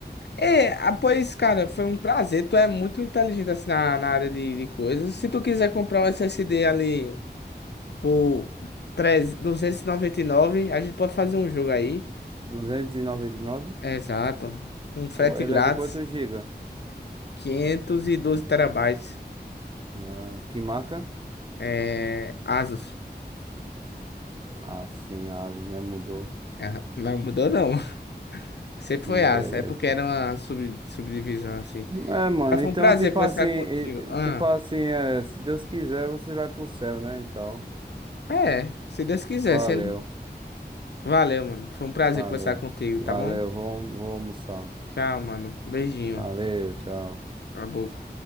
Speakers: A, on the left; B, on the right.
A: É, ah, pois, cara, foi um prazer. Tu é muito inteligente assim na, na área de, de coisas. Se tu quiser comprar um SSD ali por treze duzentos e noventa e nove, a gente pode fazer um jogo aí.
B: 299?
A: Exato. Com frete
B: O- Ele
A: grátis,
B: é de quantos giga?
A: 512 terabytes.
B: Ah, que marca?
A: É, Asus.
B: Ah, sim, asas, né? Mudou.
A: É, não mudou, não. <laughs> Sempre
B: Hum,
A: foi Asus.
B: beleza.
A: É porque era uma sub, subdivisão assim.
B: É, mano,
A: Mas foi
B: então,
A: um prazer
B: tipo
A: conversar
B: assim, e-
A: contigo.
B: e-
A: Ah,
B: tipo assim, é, se Deus quiser, você vai pro céu, né? Então,
A: é, se Deus quiser.
B: valeu,
A: Se Valeu, mano. Foi um prazer
B: valeu,
A: conversar contigo,
B: valeu,
A: tá bom?
B: vou, vou almoçar.
A: Tchau, mano. Beijinho
B: Valeu, tchau.
A: na boca.